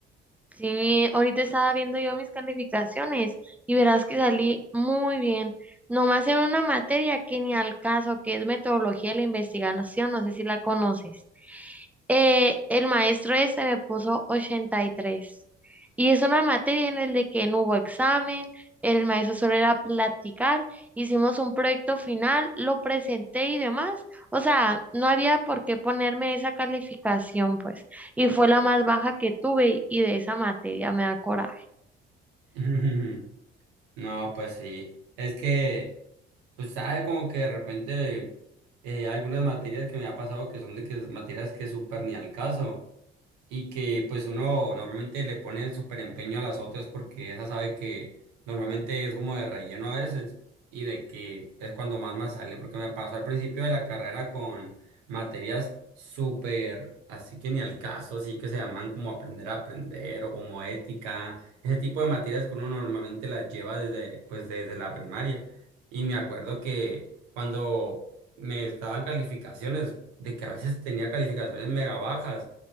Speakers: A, in the centre; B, on the right (about 75°).
A: Sí, ahorita estaba viendo yo mis calificaciones y verás que salí muy bien. Nomás en una materia que ni al caso, que es metodología de la investigación, no sé si la conoces. Eh, el maestro este me puso 83. Y tres. Y es una materia en el de que no hubo examen, el maestro solo era platicar, hicimos un proyecto final, lo presenté y demás. O sea, no había por qué ponerme esa calificación, pues. Y fue la más baja que tuve y de esa materia me da coraje.
B: <laughs> No, pues sí. Es que, pues sabe como que de repente eh, hay algunas materias que me ha pasado que son de que materias que súper ni al caso. y que pues uno normalmente le pone súper empeño a las otras porque esa sabe que normalmente es como de relleno a veces y de que es cuando más más sale porque me pasó al principio de la carrera con materias súper así que ni al caso, así que se llaman como aprender a aprender o como ética, ese tipo de materias que uno normalmente las lleva desde pues desde la primaria y me acuerdo que cuando me estaban calificaciones de que a veces tenía calificaciones mega bajas